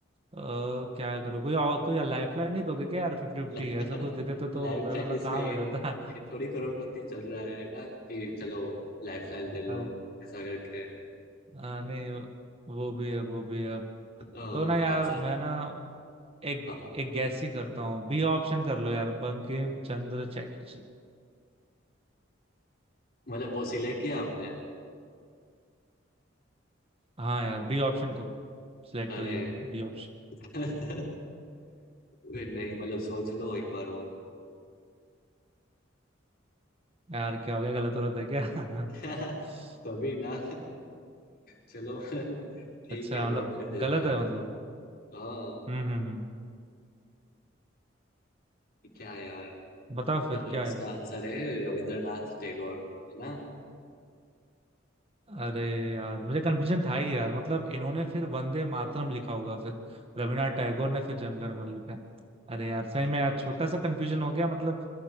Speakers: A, on the right; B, on the left.
A: क्या करूँ कोई और कोई लाइफ लाइन नहीं दोगे क्या यार फिफ्टी फिफ्टी
B: लड़का
A: ऐसा कुछ दे देते तो
B: लाइफलाइन
A: मेरा थोड़ा
B: इसमें
A: काम
B: ये
A: हो जाता
B: ये थोड़ी करोड़पति चल रहा है ना कि चलो लाइफलाइन दे लो
A: <laughs> अ,
B: ऐसा करके
A: अ, नहीं वो भी है वो भी है
B: तो
A: तो ना यार
B: आंसर
A: मैं ना एक
B: हाँ
A: एक गैस ही करता हूँ बी ऑप्शन कर लो यार बंकिम चंद्र चैटर्जी
B: मतलब वो सिलेक्ट किया आपने
A: हाँ यार बी ऑप्शन करो सिलेक्ट
B: अरे
A: कर लिया मैंने बी ऑप्शन
B: <laughs> वे नहीं मतलब सोच लो एक बार और
A: यार क्या हो गया गलत हो रहा था क्या
B: <laughs>
A: <laughs>
B: तभी ना चलो ठीक
A: अच्छा
B: है लॉक
A: मतलब
B: कर देता
A: गलत
B: है
A: है मतलब
B: हाँ
A: हम्म हम्म हम्म
B: क्या यार
A: बताओ फिर
B: चलो
A: क्या
B: उसका
A: है
B: आंसर है रविंद्रनाथ टैगोर है ना
A: अरे यार मुझे कन्फ्यूजन था ही यार मतलब इन्होंने फिर वंदे मातरम
B: <laughs> हाँ,
A: लिखा होगा फिर रविन्द्रनाथ टैगोर ने फिर जनगण मन लिखा अरे यार सही में यार
B: वही
A: छोटा सा कन्फ्यूजन हो गया मतलब